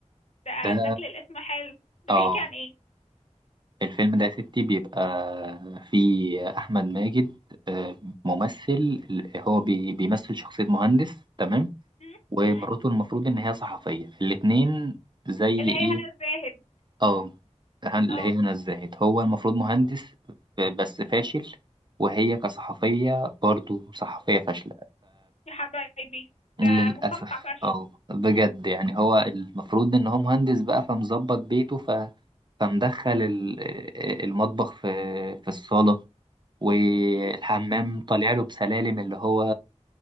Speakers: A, on the left; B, on the right.
A: ده
B: ده
A: شكل الاسم حلو ده
B: اه
A: بيحكي عن ايه
B: الفيلم ده يا ستي بيبقى فيه أحمد ماجد آه، ممثل هو بي- بيمثل شخصية مهندس تمام
A: مم؟
B: ومراته
A: مم؟
B: المفروض إن هي صحفية الاتنين زي
A: اللي
B: إيه
A: هي هنا الزاهد
B: اه هن- اللي
A: اه
B: هي هنا الزاهد هو المفروض مهندس بس فاشل وهي كصحفية برضو صحفية فاشلة
A: يا حبايبي ده
B: فللأسف
A: مستنقع فشل
B: اه بجد
A: مم.
B: يعني هو المفروض إن هو مهندس بقى فمظبط بيته ف... فمدخل ال- المطبخ في في الصالة والحمام
A: مم.
B: طالع له بسلالم اللي هو